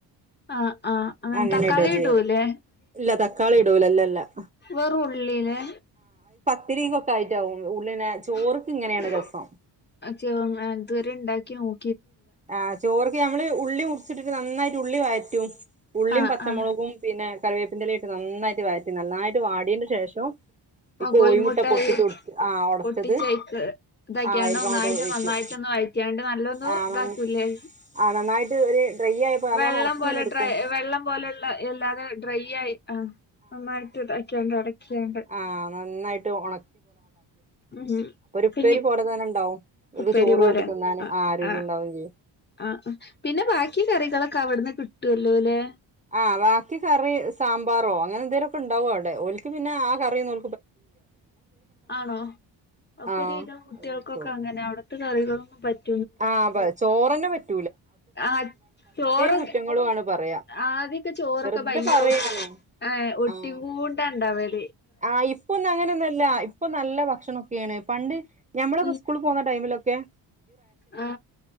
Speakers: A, on the left; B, on the right.
A: ആഹ് ആഹ്
B: അങ്ങനെ
A: തക്കാളി
B: ഇടാ ചെയ്യത്
A: ഇടൂല്ലേ
B: ഇല്ല തക്കാളി <unintelligible>
A: വെറു ഉള്ളിലെ
B: ത്തിരികൊക്കെ ആയ്ട്ടാവും ഉള്ളിനെ
A: <unintelligible>
B: ചോർക്ക് ഇങ്ങനെയാണ് രസം
A: ഇത് വരെ ഇണ്ടാക്കി നോ
B: ആ ചോറ്ക്ക് നമ്മള് ഉള്ളി മുർച്ചിട്ടിട്ട് നന്നായ്ട്ട് ഉള്ളി വഴറ്റും ഉള്ളിയും,
A: ആഹ്
B: പച്ചമുളകും,
A: ആഹ്
B: പിന്നെ കറിവേപ്പിന്റെലിം നന്നായിട്ട് വയറ്റും നന്നായിട്ട് വാടെന്റെ ശേഷം ഈ
A: ആ
B: കോഴിമുട്ട
A: കോൽമുട്ടായി
B: പൊട്ടിച്ചൊടിച്ച് ആഹ് ഒടച്ചത്
A: പൊട്ടിച്ചയ്ക്ക് ഇതക്യാൻഡ്
B: ആഹ് അയിൽക്കങ്ങോട്ട്
A: ഒന്നായിട്ട്
B: ഒഴിക്കും
A: നന്നായിട്ടൊന്ന് വഴറ്റാൻഡ് നല്ലൊന്ന്
B: ആഹ്
A: ഇത
B: നന്ന്
A: പുലെ
B: ആഹ് നന്നായിട്ട് ഒരു ഡ്രൈ ആയപ്പോ നല്ലോണം
A: വെള്ളം
B: ഒണക്കിങ്ങനെ
A: പോലെ
B: എടുക്കും
A: ഡ്രൈ വെള്ളം പോലുള്ള എല്ലാതെ ഡ്രൈ ആയി അ നന്നാഴിട്ട് ഇതാക്യാൻഡ് അടക്കിയണ്ട്
B: ആ നന്നായിട്ട് ഒണ
A: ഉം
B: ഉപ്പേരി
A: പിന്നെ
B: പോലെ തന്നെ ഇണ്ടാവും ഓൽക്ക്
A: ഉപ്പേരി
B: ചോറ്
A: പോലെ
B: കൂട്ടി തിന്നാന്
A: അ
B: ആഹ് രുചി
A: അ
B: ഇണ്ടാവും ചെയ്യും
A: അ പിന്നെ ബാക്കി കറികളൊക്കെ അവിട്ന്ന് കി ട്ടല്ലോ ലെ
B: ആ ബാക്കി കറി സ് സാമ്പാറോ അങ്ങനെ എന്തെലും ഒക്കെ ഇണ്ടാവും അവിടെ ഓൽക്ക് പിന്നെ ആ കറിയോന്നും
A: ആണോ അപ്പൊരുവിധം
B: ആഹ്
A: കുട്ടികൾക്കൊക്കെ
B: അത് കഴിച്ചോളും
A: അങ്ങനെ അവിടത്തെ കറികളൊന്നും പറ്റ്
B: ആഹ് അപ്പ ചോറ്ന്നെ പറ്റ്
A: ആ ചോറ്
B: കുറ്റങ്ങളു ആണ് പറയാ
A: ആദ്യൊക്കെ ചോറൊക്കെ
B: വെറുതെ
A: ഭയങ്കര
B: പറയാണ്
A: എഹ് ഒട്ടി
B: ആഹ്
A: കൊണ്ടാ ഇണ്ടാവല്
B: ആഹ് ഇപ്പൊന്നും അങ്ങനെയൊന്നുംല്ല ഇപ്പൊ നല്ല ഭക്ഷണൊക്കെയാണ് പണ്ട് ഞമ്മളൊക്കെ
A: ഉം
B: സ്കൂൾ പോന്ന ടൈമിലൊക്ക് ക്കെ
A: ആ